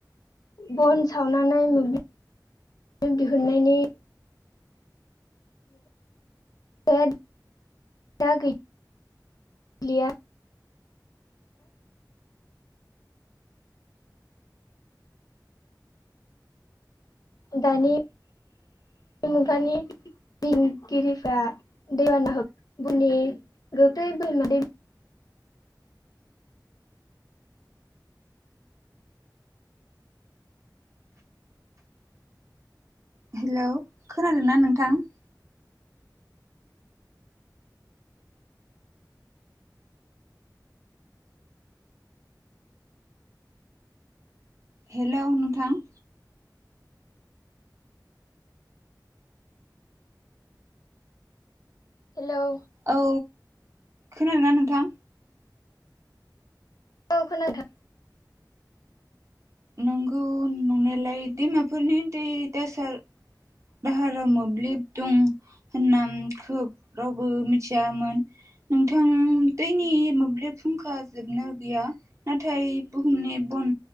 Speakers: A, on the left; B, on the right.
A: बन सावनानै मोब्लिब दिहुननायनि दा दा गैलिया । दानि मुगानि दिंगिरिफ्रा दैबानानि गोख्लै बमा दै
B: हेलौ खोनादोंना नोंथां । हेलौ नोंथां।
A: हेलौ
B: औ खोनादोंना नोंथां।
A: औ खोना दों।
B: नंगौ नंनायालाय दैमाफोरनि दै दासार दाहाराव मोब्लिब दं होनना खोब रावबो मिथियामोन नोंथां दैनि मोब्लिब फुंखा जोबनो गैया नाथाय बुहुमनि बन